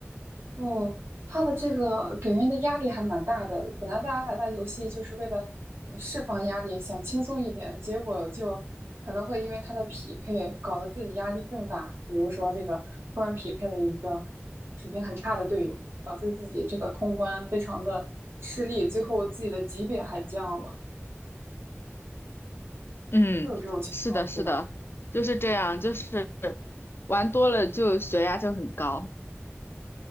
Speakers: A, on the right (about 60°); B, on the left (about 55°).
A: 哦，他的这个给人的压力还蛮大的。本来大家打打游戏就是为了呃释放压力，想轻松一点，结果就可能会因为他的匹配搞得自己压力更大。比如说这个突然匹配了一个水平很差的队友，导致自己这个通关非常的吃力，最后自己的级别还降了，
B: 嗯，
A: 会有这种情况，
B: 是的，是的，
A: 对吧？
B: 就是这样，就是玩多了就血压就很高，